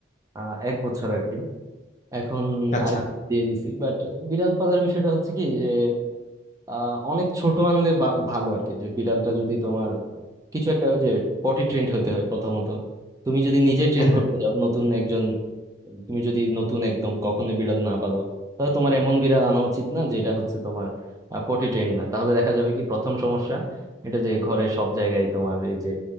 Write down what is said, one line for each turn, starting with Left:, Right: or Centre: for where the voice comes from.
Right: আহ এক বছর আর কি এখন
Left: আচ্ছা
Right: আর কি দিয়ে দিছি বাট বিড়াল পালার বিষয়টা হচ্ছে কি যে আহ, অনেক ছোট আনলে বা- ভালো আর কি যে বিড়ালটা যদি তোমার কিছু একটা ওই যে পটি ট্রেন্ড হতে হয় প্রথমত তুমি যদি নিজে ট্রেন
Left: হ্যাঁ হ্যাঁ
Right: করতে যাও নতুন একজন তুমি যদি নতুন একদম কখনো বিড়াল না পালো তাহলে তোমার এমন বিড়াল আনা উচিত না যেটা হচ্ছে তোমার পটি ট্রেন্ড না তাহলে দেখা যাবে কি প্রথম সমস্যা এটা যে ঘরে সব জায়গায় তোমার এই যে